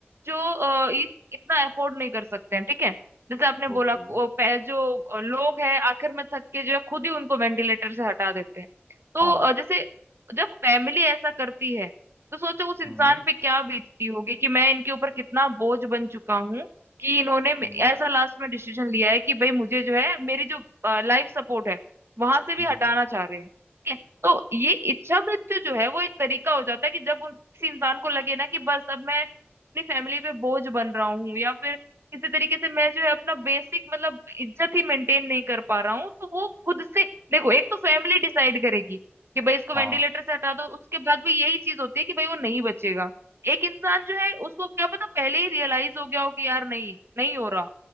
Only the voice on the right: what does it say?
जो अ, इ- इतना अफोर्ड नहीं कर सकते हैं ठीक है जैसे आपने
बोला को- पे- जो अ, लोग हैं आखिर में थक के जो है खुद ही उनको वेंटिलेटर से हटा देते हैं तो
अ, जैसे जब फैमिली ऐसा करती है तो सोचो उस इंसान
पे क्या बीतती होगी कि मैं इनके ऊपर कितना बोझ बन चुका हूँ कि इन्होंने
ऐसा लास्ट में डिसीजन लिया है कि भाई मुझे जो है मेरी जो लाइफ सपोर्ट है वहां से भी
हटाना चाह रहे हैं ठीक है तो ये इच्छा मृत्यु जो है वो एक तरीका हो जाता है कि जब उन किसी इंसान को लगे ना कि बस अब मैं अपनी फैमिली पे बोझ बन रहा हूँ या फिर किसी तरीके से मैं जो है अपना बेसिक मतलब इज्जत ही मेंटेन नहीं कर पा रहा हूँ तो वो खुद से देखो एक तो फैमिली डिसाइड करेगी कि भाई इसको वेंटिलेटर
से हटा दो उसके बाद भी यही चीज होती है कि भाई वो नहीं बचेगा एक इंसान जो है उसको क्या पता पहले ही रियलाइज हो गया हो कि यार नहीं नहीं हो रहा